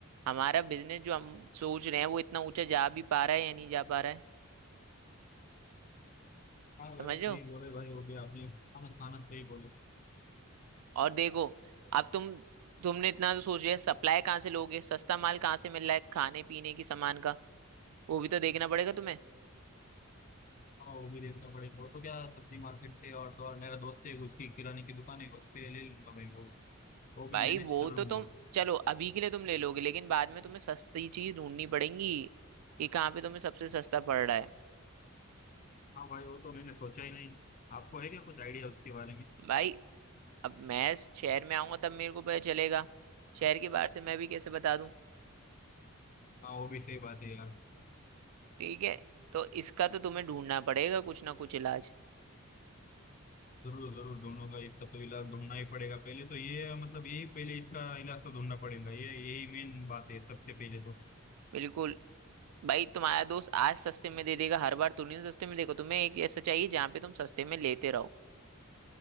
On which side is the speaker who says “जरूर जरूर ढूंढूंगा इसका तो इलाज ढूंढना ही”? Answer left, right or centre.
Left